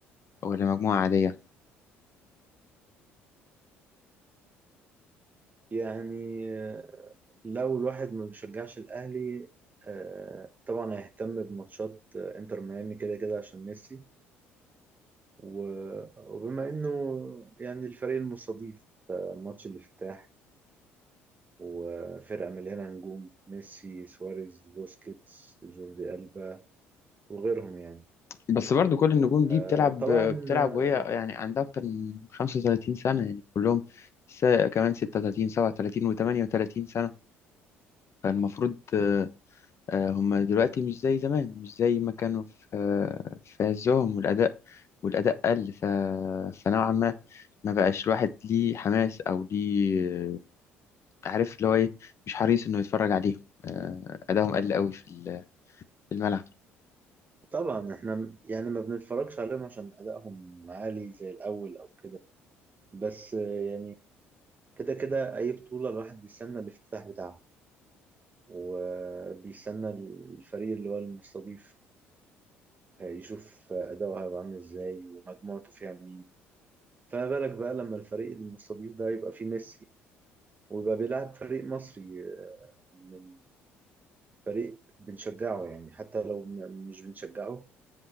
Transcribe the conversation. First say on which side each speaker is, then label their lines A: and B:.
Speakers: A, on the left; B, on the right.
A: ولا مجموعة عادية
B: يعني آه، لو الواحد ما بيشجعش الأهلي آه، طبعا هيهتم بماتشات آه، انتر ميامي كده كده عشان ميسي و- وبما انه يعني الفريق المستضيف آه، ماتش الافتتاح وفرقة مليانة نجوم ميسي سواريز بوسكيتس جوردي ألبا وغيرهم يعني
A: بس برضو كل النجوم
B: آه،
A: دي بتلعب
B: طبعا
A: بتلعب
B: آه،
A: وهي يعني عندها أكتر من 35 سنة يعني كلهم س... كمان 36 37 و38 سنة فالمفروض آه، هما دلوقتي مش زي زمان مش زي ما كانوا في آه، في عزهم والأداء والأداء قل ف... فنوعا ما ما بقاش الواحد ليه حماس أو ليه آه، عارف اللي هو إيه مش حريص إنه يتفرج عليهم آه، أدائهم قل قوي في ال- في الملعب
B: طبعا احنا م- يعني ما بنتفرجش عليهم عشان أدائهم عالي زي الأول أو كده بس آه، يعني كده كده أي بطولة الواحد بيستنى الافتتاح بتاعها وبيستنى الفريق اللي هو المستضيف آه، يشوف أداؤه هيبقى عامل ازاي ومجموعته فيها مين فما بالك بقى لما الفريق المستضيف ده يبقى فيه ميسي ويبقى بيلعب فريق مصري آه، من فريق بنشجعه يعني حتى لو م- مش بنشجعه